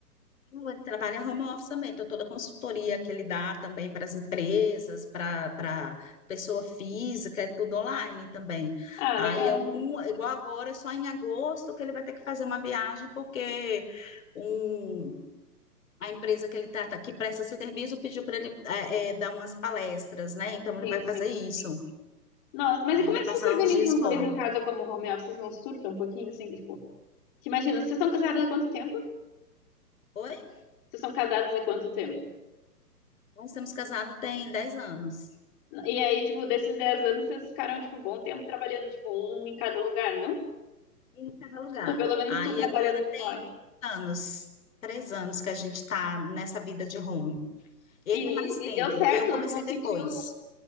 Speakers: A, on the left (about 55°); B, on the left (about 30°).
A: Ele trabalha home office também, então toda a consultoria que ele dá também para as empresas, para para pessoa física, é tudo online também.
B: Ah,
A: Aí
B: legal.
A: algum, igual agora, só em agosto que ele vai ter que fazer uma viagem, porque um, a empresa que ele trata, que presta serviço, pediu para ele eh, eh, dar umas palestras, né? Então ele
B: Sim,
A: vai
B: sim.
A: fazer isso.
B: Nossa, mas
A: Aí
B: e como
A: ele vai
B: é que
A: passar
B: vocês se organizam
A: uns dias
B: os
A: fora.
B: dois em casa como home office? Vocês não surtam um pouquinho, assim, tipo... Que imagina, vocês estão casados há quanto tempo?
A: Oi?
B: Vocês são casados há quanto tempo?
A: Nós estamos casados tem 10 anos,
B: E aí, tipo, desses 10 anos, vocês ficaram, tipo, um bom tempo trabalhando, tipo, um em cada lugar, não?
A: em cada lugar.
B: Tipo, pelo menos
A: Aí
B: tu trabalhando
A: agora tem
B: fora.
A: anos, três anos que a gente está nessa vida de home. Ele
B: E, e-
A: é mais tempo,
B: e deu certo,
A: eu comecei
B: não não sentiu
A: depois.